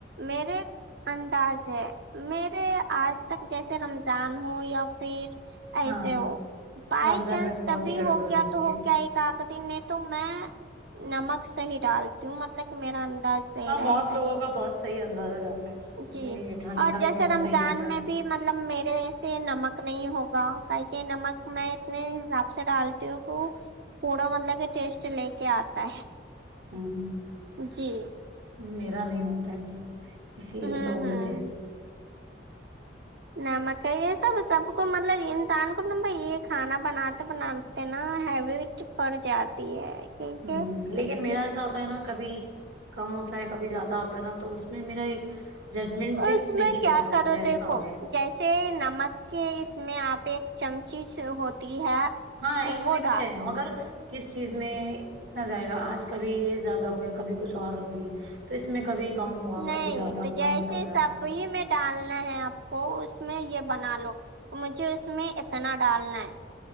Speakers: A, on the right (about 60°); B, on the right (about 80°).
A: میرے انداز ہے میرے آج تک جیسے رمضان ہو یا پھر ایسے
B: ہاں
A: ہو بائی
B: رمضان
A: چانس
B: میں تو بہت
A: کبھی
B: ہی گڑبڑ
A: ہو گیا
B: جاتی
A: تو ہو
B: ہے
A: گیا ایک کاد دن نے تو میں نمک صحیح ڈالتی ہوں مطلب کہ میرا انداز صحیح
B: ہاں
A: رہتا
B: بہت
A: ہے
B: لوگوں کا بہت صحیح اندازہ جاتا ہے
A: جی
B: میری جیٹھانی
A: اور
B: کا بھی
A: جیسے
B: بڑا
A: رمضان
B: صحیح جاتا
A: میں بھی مطلب میرے سے نمک نہیں ہوگا کہہ کہ نمک میں اتنے حساب سے ڈالتی ہوں کہ پڑا مطلب کہ ٹیسٹ لے کے آتا ہے
B: ہوں
A: جی
B: میرا نہیں ہوتا ایسا اسی لیے
A: ہوں
B: تو بولتے
A: ہوں
B: ہیں
A: نہ مکائی یہ سب سب کو مطلب انسان کو ناں بھائی یہ کھانا بناتے بناتے ناں ہیبٹ پڑ جاتی ہے کیونکہ
B: ہوں لیکن میرا ایسا ہوتا ہے ناں کبھی کم ہوتا ہے کبھی زیادہ ہوتا ہے ناں تو اس میں میرا ایک ججمنٹ فکس
A: اس
B: نہیں
A: میں کیا
B: بیٹھا
A: کرو
B: مجھے ایسا
A: دیکھو
B: ہو گیا ہے
A: جیسے نمک کے اس میں آپ ایک چمچی ہو تی ہے
B: ہاں ایک فکس
A: وہ ڈال
B: ہے
A: دو
B: مگر کس چیز میں اتنا جائے گا آج کبھی یہ زیادہ ہو گیا کبھی کچھ اور رکھ دیا تو اس میں کبھی کم ہوا
A: نہیں
B: کبھی زیادہ
A: تو
B: ہوا
A: جیسے
B: ایسا ہو جاتا
A: سپری
B: ہے
A: میں ڈالنا ہے آپ کو اس میں یہ بنا لو مجھے اس میں اتنا ڈالنا ہے